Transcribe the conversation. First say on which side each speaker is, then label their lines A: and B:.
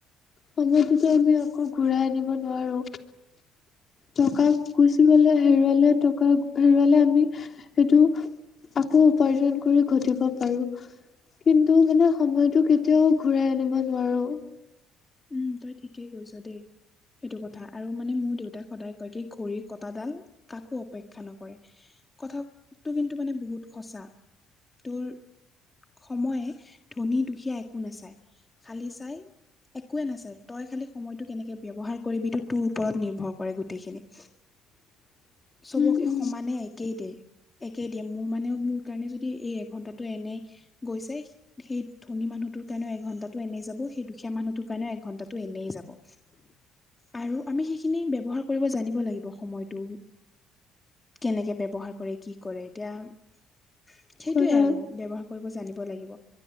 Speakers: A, on the left; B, on the left.
A: সময়তোত আমি আকৌ ঘূৰাই আনিব নোৱাৰো। টকা গুচি গলে হেৰুৱালে টকা হেৰুৱালে আমি সেইটো আকৌ উপাৰ্জন কৰি ঘটিব আৰু কিন্তু মানে সময়তটো কেতিয়াও ঘূৰাই আনিব নোৱাৰো।
B: উম তই ঠিকেই কৈছ দেই। সেইটো কথা আৰু মানে মোৰ দেউতাক সদায় কয় কি ঘড়ীৰ কটাডাল কাকো অপেক্ষা নকৰে। কথাটো কিন্তু মানে বহুত সচাঁ তোৰ সময়ে ধনী দুখীয়া একো নাচায় খালী চাই একোৱে নাচাই তই খালি সময়টো কেনেকে ব্যৱহাৰ কৰিবি তোৰ ওপৰত নিৰ্ভৰ কৰে গোটেইখিনি।
A: <inaudible>
B: চবকে
A: উম।
B: সমানে একেই দে। একে দিয়ে মোৰ মানে মোৰ কাৰণে যদি এই এঘন্টাটো এনেই গৈছে সেই ধনী মানুহটোৰ কাৰণেও এঘন্টাটো এনেই যাব সেই দুখীয়া মানুহতোক কাৰণে এক ঘন্টাটো এনেই যাব। আৰু আমি সেইখিনি ব্যৱহাৰ কৰিব জানিব লাগিব সময়টো। কেনেকে ব্যৱহাৰ কৰে কি কৰে এতিয়া সেইটোয়ে
A: কথা
B: আৰু ব্যৱহাৰ কৰিব জানিব লাগিব